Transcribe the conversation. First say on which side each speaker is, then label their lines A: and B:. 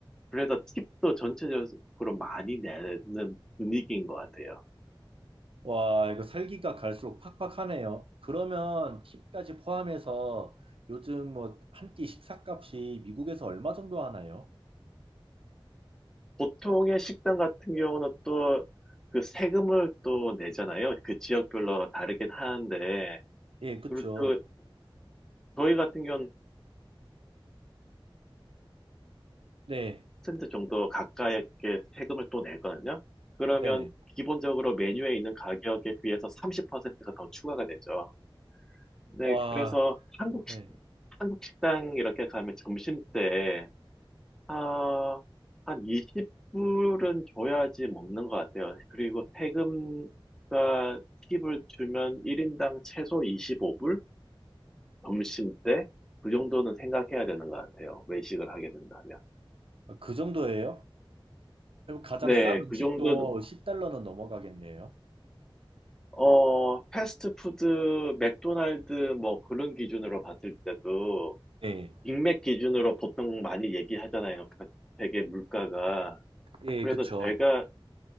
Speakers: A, in the centre; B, on the right.
A: 그래서 팁도 전체적으로 많이 내는 분위기인 것 같아요.
B: 와, 이거 살기가 갈수록 팍팍하네요. 그러면 팁까지 포함해서 요즘 뭐 한 끼 식사값이 미국에서 얼마 정도 하나요?
A: 보통의 식당 같은 경우는 또 그 세금을 또 내잖아요. 그 지역별로 다르긴 하는데,
B: 예, 그쵸.
A: 그리고 또 저희 같은 경우는
B: 네,
A: 십 퍼센트 정도 가까이 이렇게 세금을 또 내거든요. 그러면
B: 네네.
A: 기본적으로 메뉴에 있는 가격에 비해서 30%가 더 추가가 되죠. 네,
B: 와,
A: 그래서 한국
B: 네.
A: 식, 한국 식당 이렇게 가면 점심 때, 아, 한 20불은 줘야지 먹는 것 같아요. 그리고 세금과 팁을 주면 1인당 최소 25불? 점심 때? 그 정도는 생각해야 되는 것 같아요. 외식을 하게 된다면.
B: 아, 그 정도예요? 그럼 가장
A: 네,
B: 싼 음식도
A: 그 정도는,
B: 10달러는 넘어가겠네요.
A: 어, 패스트푸드, 맥도날드, 뭐 그런 기준으로 봤을 때도
B: 네,
A: 인맥 기준으로 보통 많이 얘기하잖아요. 각 세계 물가가.
B: 예,
A: 그래서
B: 그쵸.
A: 제가